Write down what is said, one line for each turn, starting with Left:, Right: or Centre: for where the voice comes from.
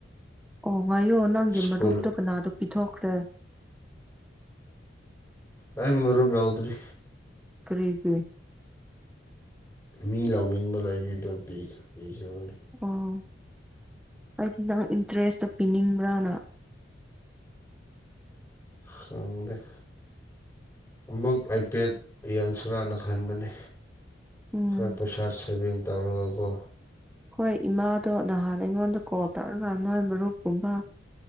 Centre: ꯑꯣ ꯉꯥꯏꯌꯣ ꯅꯪꯒꯤ
Left: ꯁ꯭ꯀꯨꯜ
Centre: ꯃꯔꯨꯞꯇꯣ ꯀꯅꯥꯗ ꯄꯤꯊꯣꯛꯈ꯭ꯔꯦ
Left: ꯑꯩ ꯃꯔꯨꯞ ꯌꯥꯎꯗꯔꯤ
Centre: ꯀꯔꯤꯒꯤ
Left: ꯃꯤ ꯂꯥꯎꯅꯤꯡꯕ ꯂꯩꯕꯩ ꯗꯨꯝ ꯄꯤꯈ ꯄꯤꯈ꯭ꯔꯕꯅꯤ
Centre: ꯑꯥ ꯑꯩꯗꯤ ꯅꯪ ꯏꯟꯇꯔꯦꯁꯇ‌ꯣ ꯄꯤꯅꯤꯡꯕ꯭ꯔꯅ
Left: ꯈꯪꯗꯦ ꯑꯃꯨꯛ ꯑꯥꯏꯄꯦꯠ ꯌꯦꯡꯁꯤꯔꯅ ꯈꯟꯕꯅꯤ
Centre: ꯎꯝ
Left: ꯈꯔ ꯄꯩꯁꯥ ꯁꯦꯚꯤꯡ ꯇꯧꯔꯒꯀꯣ
Centre: ꯈ‌ꯣꯏ ꯏꯃꯥꯗꯣ ꯅꯍꯥꯟ ꯑꯩꯉꯣꯟꯗ ꯀꯣꯜ ꯇꯧꯔꯒ ꯅꯣꯏ ꯃꯔꯨꯞꯀꯨꯝꯕ